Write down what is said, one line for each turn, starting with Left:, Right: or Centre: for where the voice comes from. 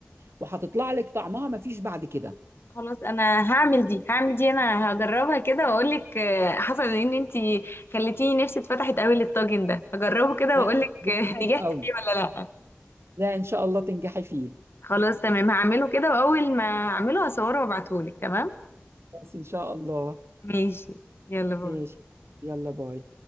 Right: وهتطلع لك طعمها ما فيش بعد كده
Left: خلاص انا هعمل دي هعمل دي انا هجربها كده واقول لك حصل ان انت خليتيني نفسي اتفتحت قوي للطاجن ده هجربه كده
Right: ده
Left: واقول
Right: هيحبس
Left: لك <laughs>
Right: منه
Left: نجحت
Right: قوي
Left: فيه ولا لا
Right: لا ان شاء الله تنجحي فيه
Left: خلاص تمام هعمله كده واول ما اعمله هصوره وابعتهولك تمام
Right: بس ان شاء الله
Left: ماشي يلا باي
Right: ماشي يلا باي